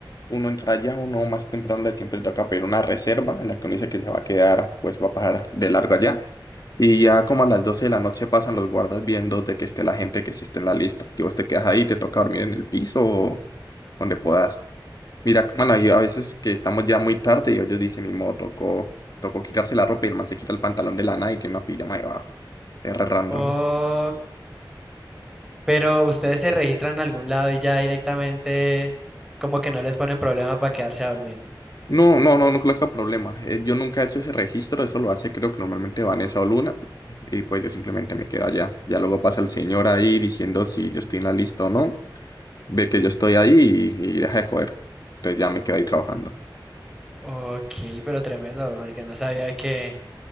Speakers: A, on the left; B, in the centre.
A: uno entra ya, uno más temprano le siempre toca pedir una reserva en la que uno dice que se va a quedar, pues va a pasar de largo allá. Y ya como a las 12 de la noche pasan los guardas viendo de que esté la gente que sí esté en la lista. Que vos te quedas ahí, te toca dormir en el piso o donde puedas. Mira, bueno, yo a veces que estamos ya muy tarde y ellos dicen, ni modo, tocó, tocó quitarse la ropa y el man se quita el pantalón de lana y tiene una pijama debajo. Es re random.
B: Ok. Pero ustedes se registran en algún lado y ya directamente como que no les ponen problema para quedarse a dormir.
A: No, no, no, no coloca problema. Eh, yo nunca he hecho ese registro, eso lo hace creo que normalmente Vanessa o Luna, y pues yo simplemente me quedo allá. Ya luego pasa el señor ahí diciendo si yo estoy en la lista o no, ve que yo estoy ahí y, y deja de joder. Entonces ya me quedo ahí trabajando.
B: Ok, pero tremendo, marica, no sabía que...